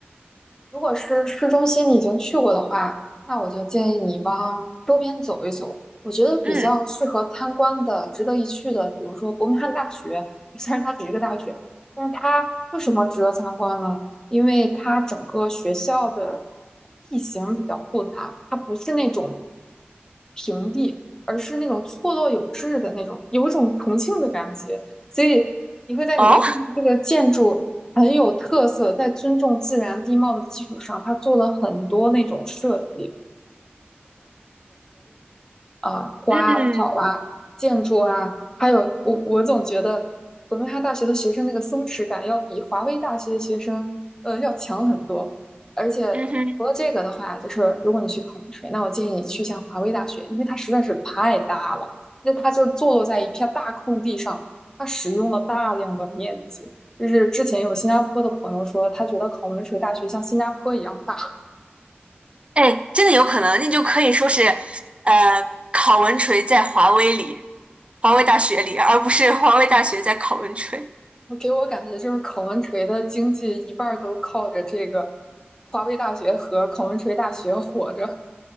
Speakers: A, on the left; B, on the right.
A: 如果是市中心你已经去过的话，那我就建议你往周边走一走。我觉得比较适合参观的、
B: 嗯，
A: 值得一去的，比如说伯明翰大学，<laughs> 虽然它只是个大学，但是它为什么值得参观呢？因为它整个学校的地形比较复杂，它不是那种平地，而是那种错落有致的那种，有一种重庆的感觉。所以你会在里面看到这个建筑。
B: 哦，
A: 很有特色，在尊重自然地貌的基础上，他做了很多那种设计。啊、花啊、
B: 嗯
A: 草啊、建筑啊，还有我我总觉得伯明翰大学的学生那个松弛感要比华威大学的学生呃要强很多。而且除了这个的话，
B: 嗯哼。
A: 就是如果你去考文吹，那我建议你去一下华威大学，因为它实在是太大了，那它就坐落在一片大空地上，它使用了大量的面积。就是之前有新加坡的朋友说，他觉得考文垂大学像新加坡一样大。
B: 哎，真的有可能，那就可以说是，呃，考文垂在华威里，华威大学里，而不是华威大学在考文垂。
A: 我给我感觉就是考文垂的经济一半儿都靠着这个华威大学和考文垂大学活着。